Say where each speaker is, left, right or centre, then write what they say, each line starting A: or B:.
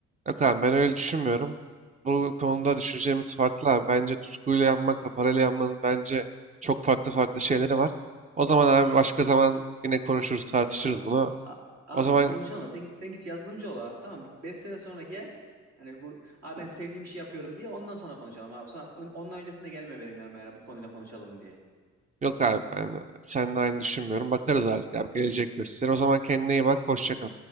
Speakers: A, on the right (about 25°); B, on the right (about 55°).
A: Yok abi ben öyle düşünmüyorum. Bu konuda düşüncelerimiz farklı abi. Bence tutkuyla yapmakla parayla yapmanın bence çok farklı farklı şeyleri var. O zaman abi başka zaman yine konuşuruz tartışırız
B: Abi,
A: bunu.
B: a- abi
A: O zaman
B: konuşalım da sen, sen git yazılımcı ol abi tamam mı? 5 sene sonra gel. Hani bu abi ben sevdiğim işi yapıyorum diye ondan sonra konuşalım abi. Sonra, ondan öncesinde gelme benim yanıma yani bu konuyla konuşalım diye.
A: yok abi ben seninle aynı düşünmüyorum. Bakarız artık abi gelecek gösterir. O zaman kendine iyi bak hoşça kal.